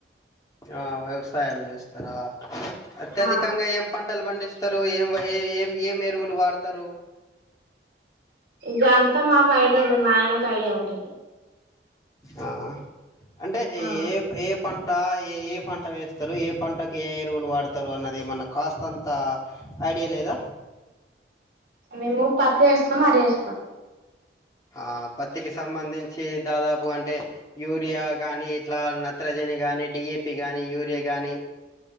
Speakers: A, on the left; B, on the right.
A: ఆ వ్యవసాయం చేస్తారా అత్యధికంగా
B: ఆ
A: ఏం పంటలు బండి స్తారు ఏం ఏ ఏం ఏం ఎరువులు వాడతారు
B: జాంతమ్ మాకైడియా ఉండదు మా ఆయనకు ఐడియా ఉంటది
A: ఆ అంటే ఏ
B: ఆ
A: ఏ పంట ఏ ఏ పంట పంట వేస్తరు ఏ పంటకి ఏ ఏ వులు వాడతారు అన్నది ఏమన్న కాస్ అంత ఐడియా లేదా
B: మేము పత్ ఏస్తం అరి ఏస్తం
A: ఆ పత్తికి సంబంధించి దాదాపు అంటే యూరియా కానీ ఇట్లా నత్రజని కానీ డిఏపి కానీ యూరియా కానీ